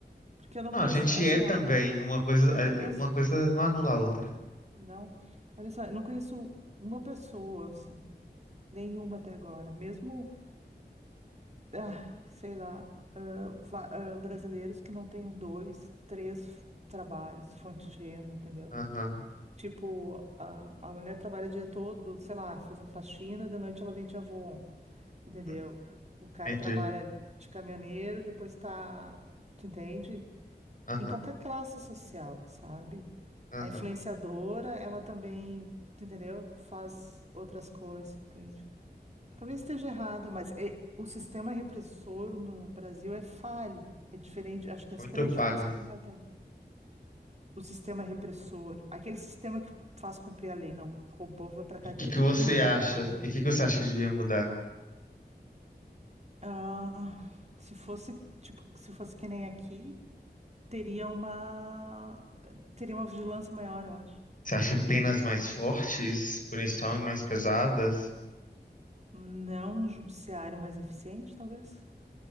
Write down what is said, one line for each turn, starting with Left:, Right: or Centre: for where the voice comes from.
Right: Porque eu não
Left: Não,
Right: conheço,
Left: a gente
Right: assim,
Left: é também
Right: ó,
Left: uma coisa,
Right: eu
Left: eh,
Right: conheço,
Left: uma coisa não anula a outra.
Right: não, olha só, eu não conheço uma pessoa, assim, nenhuma até agora. Mesmo, ah, sei lá, ah, va- ah, brasileiros que não tenham dois, três trabalhos, fonte de renda, entendeu?
Left: Aham,
Right: Tipo, a, a mulher trabalha o dia todo, sei lá, fazendo faxina, de noite ela vende avô. entendeu?
Left: hum,
Right: O cara
Left: entendi.
Right: trabalha de caminhoneiro, depois tá, tu entende?
Left: Aham,
Right: Em qualquer classe social, sabe?
Left: aham,
Right: A influenciadora, ela também, tu entendeu? Faz outras coisas, entende?
Left: uhum.
Right: Talvez esteja errada, mas é- o sistema repressor no Brasil é falho, é diferente, acho que essa
Left: Muito
Right: é a grande
Left: falha.
Right: diferença para a Inglaterra. O sistema repressor, aquele sistema que faz cumprir a lei, não, o robô vai para cadeia,
Left: E o que que
Right: porque
Left: você
Right: quem que
Left: acha?
Right: vai para cadeia?
Left: E o que que você acha que devia mudar?
Right: Ah, se fosse, tipo, se fosse que nem aqui, teria uma teria uma vigilância maior, eu acho.
Left: Você acha penas mais fortes, punição mais pesadas?
Right: Não um judiciário mais eficiente, talvez.